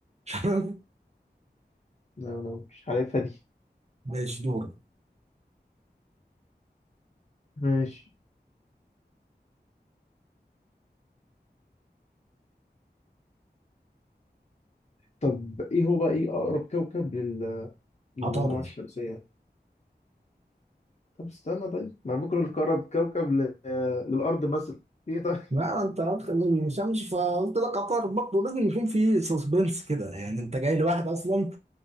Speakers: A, on the right; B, on the left.
A: <laughs>
B: لا انا مش عارفها دي
A: ماشي دور
B: ماشي طب ايه هو بقى ايه اقرب كوكب لل... للمجموعة
A: عطارد
B: الشمسية طب استنى طيب ما أنا ممكن اقول لك اقرب كوكب ل... آه، للارض مثلا في إيه طيب؟
A: ما انت قلت اني مش همشي فقلت لك عطارد برضه لازم يكون في سسبنس كده يعني انت جاي لواحد اصلا